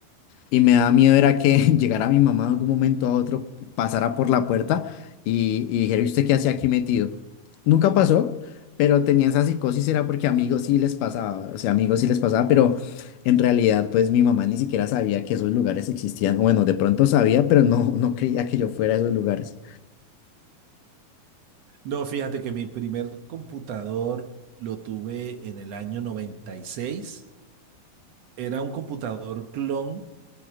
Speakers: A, on the left; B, on the right.
A: Y me daba miedo era que <laughs> llegara mi mamá en algún momento a otro, pasara por la puerta y, y dijera, "¿Y usted qué hacía aquí metido? Nunca pasó, pero tenía esa psicosis, era porque amigos sí les pasaba, o sea, amigos sí les pasaba, pero en realidad pues mi mamá ni siquiera sabía que esos lugares existían. Bueno, de pronto sabía, pero no, no creía que yo fuera a esos lugares.
B: No, fíjate que mi primer computador lo tuve en el año 96. Era un computador clon